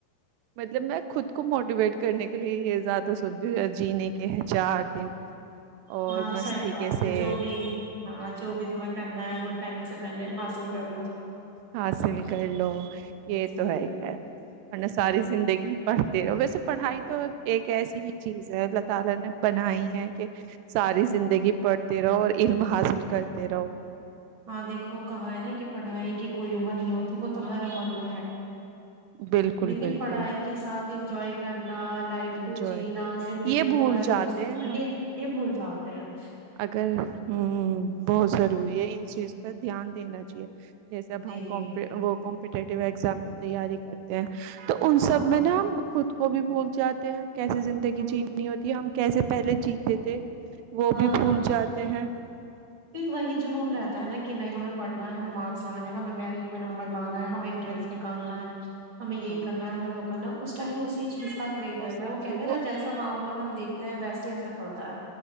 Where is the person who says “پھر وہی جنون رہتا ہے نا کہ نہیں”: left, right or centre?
Right